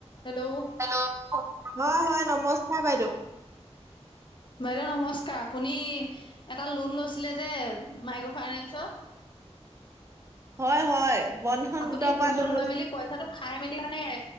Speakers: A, on the left; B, on the right.
A: Hello,
B: hello, হয়- হয় নমস্কাৰ বাইদেউ।
A: বাইদেউ নমস্কাৰ আপুনি এটা লোন লৈছিলে যে মাইক্ৰ ফাইনেন্স? <inaudible>
B: হয়- হয় বন্ধন
A: আপুনি
B: গোটৰ
A: লোনটো
B: পৰা লন
A: লৈ
B: লৈছো।
A: মেলি পইচাটো খাই মেলি মানে